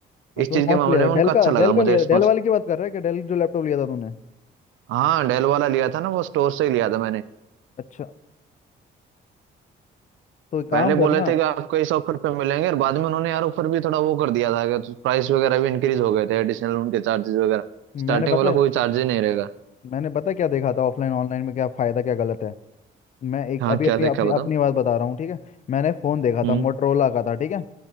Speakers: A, on the left; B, on the right.
A: हाँ
B: इस
A: तूने
B: चीज
A: कौन
B: के मामले
A: सा लिया था
B: में उनका
A: डेल
B: अच्छा
A: का
B: लगा
A: डेल का
B: मुझे
A: लिया
B: रिस्पॉन्स
A: था डेल वाले की बात कर रहा है कि डेल जो लैपटॉप लिया था तूने
B: हाँ डेल वाला लिया था ना वो स्टोर से ही लिया था मैंने
A: अच्छा तो एक काम
B: पहले
A: करना
B: बोले थे कि आपको इस ऑफर पे मिलेंगे और बाद में उन्होंने यार ऑफर भी थोड़ा वो कर दिया था कि प्राइस वगैरह भी इंक्रीज हो गए थे एडिशनल उनके चार्जेस वगैरह
A: मैंने
B: स्टार्टिंग
A: पता
B: वाला
A: है
B: कोई चार्ज ही नहीं रहेगा
A: मैंने पता है क्या देखा था ऑफलाइन ऑनलाइन में क्या फायदा क्या गलत है मैं एक
B: हाँ
A: अभी
B: क्या
A: अपनी
B: देखा
A: अपनी
B: बताओ
A: अपनी बात बता रहा हूँ ठीक है मैंने फोन देखा
B: हम्म।
A: था मोटरोला का था ठीक है